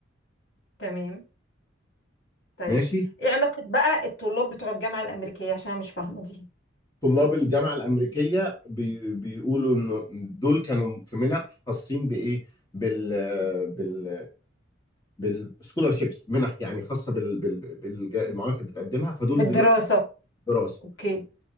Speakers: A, on the left (about 70°); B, on the left (about 20°).
A: تمام طيب
B: ماشي
A: ايه علاقة بقى الطلاب بتوع الجامعة الأمريكية عشان أنا مش فاهمة دي
B: طلاب الجامعه الامريكيه بي... بيقولوا انه دول كانوا في منح خاصين بايه بال بال بالسكولارشيبس منح يعني خاصه بال... بال... بالج- المعامل اللي كانت بتقدمها فدول
A: بالدراسة
B: دلوقتي دراسه
A: اوكي